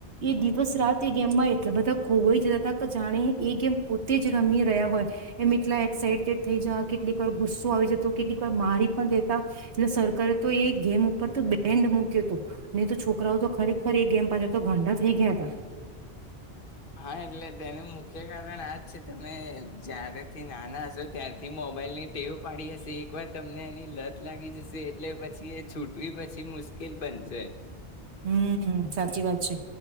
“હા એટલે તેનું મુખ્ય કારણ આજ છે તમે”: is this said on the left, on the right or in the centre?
Left